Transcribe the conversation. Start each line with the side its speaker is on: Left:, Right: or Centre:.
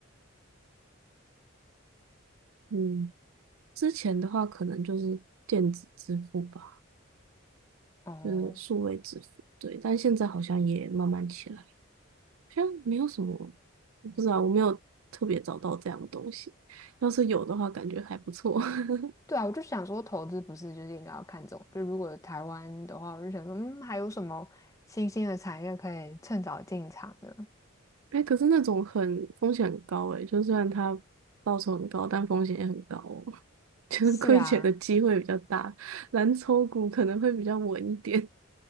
Right: 嗯。之前的话可能就是电子支付吧，
Left: 哦、
Right: 就是数位支付，对，但现在好像也慢慢起来，好像没有什么，我不知道，我没有特别找到这样的东西，要是有的话，感觉还不错。<laughs>
Left: 对啊，我就想说，投资不是就是应该要看中，就如果台湾的话，我就想说，嗯，还有什么新兴的产业可以趁早进场呢？
Right: 哎可是那种很风险很高哎，就算然它报酬很高，但风险也很高哦，<laughs> 就是亏钱的机会比较大，
Left: 是啊，
Right: 蓝筹股可能会比较稳一点。